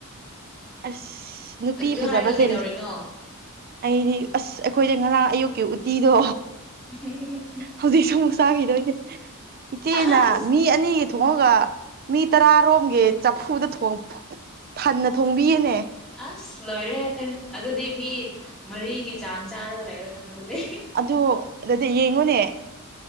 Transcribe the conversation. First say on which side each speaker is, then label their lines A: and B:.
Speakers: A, on the right (about 45°); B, in the centre.
A: ꯑꯁ ꯅꯨꯄꯤ
B: ꯑꯗꯨ
A: ꯐꯖꯕꯁꯦꯜ
B: ꯍꯥꯏꯔꯒ ꯀꯩꯗꯧꯔꯤꯅꯣ
A: ꯑꯩꯗꯤ ꯑꯁ ꯑꯩꯈꯣꯏꯗ ꯉꯔꯥꯡ ꯑꯌꯨꯛꯀꯤ ꯎꯇꯤꯗꯣ
B: ꯎꯝ
A: ꯍꯧꯖꯤꯛꯁꯨ ꯑꯃꯨꯛ ꯆꯥꯈꯤꯗꯣꯏꯅꯦ ꯏꯆꯦꯅ
B: ꯑꯁ
A: ꯃꯤ ꯑꯅꯤꯒꯤ ꯊꯣꯡꯉꯒ ꯃꯤ ꯇꯔꯥꯔꯣꯝꯒꯤ ꯆꯐꯨꯗ ꯊꯣꯡ ꯐꯟꯅ ꯊꯣꯡꯕꯤꯌꯦꯅꯦ
B: ꯑꯁ ꯂꯣꯏꯔꯦ ꯑꯗꯨꯗꯤ ꯃꯤ ꯃꯔꯤꯒꯤ ꯆꯥꯡ ꯆꯥꯔꯒ ꯂꯩꯔꯣ ꯅꯪ ꯑꯗꯨꯗꯤ
A: ꯑꯗꯨ ꯑꯗꯨꯗꯤ ꯌꯦꯡꯉꯨꯅꯦ